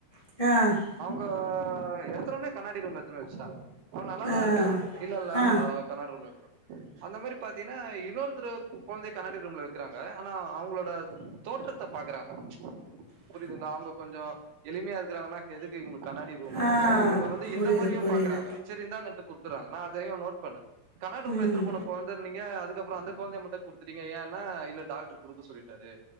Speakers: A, on the left; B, on the right.
A: ஆ
B: கோ எத்துனோனே கண்ணாடி ரூமு எத்துனு போய் வச்ட்டா அவன் நல்லாதா
A: ஆ,
B: இருக்கா இல்ல இல்ல
A: ஆ.
B: அ கண்ணாடி ருும்ல வெக்னு அந்த மேரி பாத்தீங்னா இன்னொருத்தரு கொழந்தைய கண்ணாடி ரூம்ல வக்றாங்க ஆனா அவுங்களோட தோற்றத்த பாக்கறாங்க
A: ஆஹ
B: புரிதுங்ளா அவுங்க கொஞ்சோ எளிமியா இருக்கிறாங்கன்னாக் எதுக்கு இவுங்ளுக் கண்ணாடி ரூமு
A: ஆ
B: சோ இவுங்க வந்து
A: புரியுது,
B: இந்த மாரியும்
A: புரியுது.
B: பாக்கறாங்க செரி இந்தாங்கன்ட்டு குடுத்தறாங்க நா அதையு நோட் பண்ணே கண்ணாடி ரூம்ல
A: ம்.
B: எத்துனு போன கொழந்தத் நீங்க அதுக்கப்ற அந்தக் கொழந்தைய மட்டு குடுத்துட்டீங்க ஏன்னா இல்ல டாக்ட்ரு குடுக்க சொல்லிட்டாரு